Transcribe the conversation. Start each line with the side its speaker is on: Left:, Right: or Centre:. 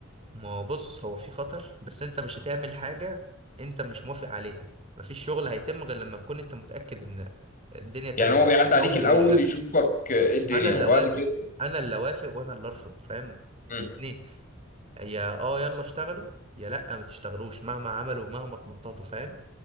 Right: ما هو بص هو في خطر بس انت مش هتعمل حاجة انت مش موافق عليها مفيش شغل هيتم غير لما تكون انت متأكد ان الدنيا تمام
Left: يعني هو بيعدي
Right: الجو
Left: عليك
Right: مهيأ
Left: الاول
Right: لها
Left: يشوفك آه، ايه الدنيا
Right: انا اللي
Left: وبعد
Right: اوافق
Left: كده
Right: انا اللي اوافق وانا اللي ارفض فاهم
Left: امم
Right: الاتنين يا اه يلا اشتغلوا يا لا ما تشتغلوش مهما عملوا ومهما تنططوا فاهم